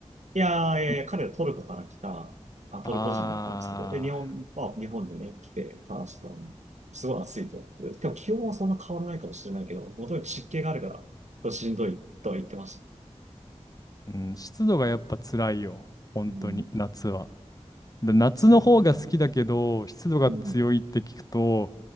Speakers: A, on the right; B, on the left.
A: いやー、いやいや、
B: い
A: 彼はトルコから来た、あ、トルコ人だったんですけど、
B: あ
A: で、日本、まあ、日本でね、来て話してたのに、すごい暑いと。で今日気温はそんな変わらないかもしれないけど、もとに湿気があるから、これしんどいとは言ってました。
B: ー、うん、湿度がやっぱ辛いよ。本当に、
A: うん。
B: 夏は。で夏の方が好きだけど、
A: そうだね。
B: 湿度が強いって聞くと、
A: うん。